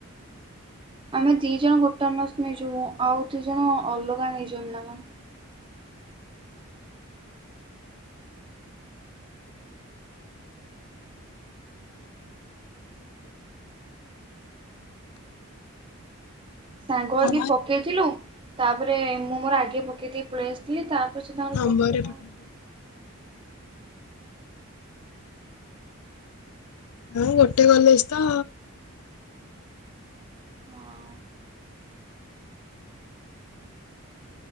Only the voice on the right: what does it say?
ଆମେ ଦି ଜଣ ଗୋଟେ ଅନର୍ସ ନେଇଯିବୁ ଆଉ ଦି ଜଣ ଅଲଗା ନେଇଚନ୍ ନା କଣ। ସାଙ୍ଗ
ହେଇକି ପକେଇଥିଲୁ ତାପରେ ମୁଁ ମୋର ଆଗେ ପ ପକେଇ ଦେଇକି ପଳେଇ ଆସିଥିଲି ତାପରେ ସେ ତାଙ୍କର
ପକେଇଲେ କଣ
ହଁ।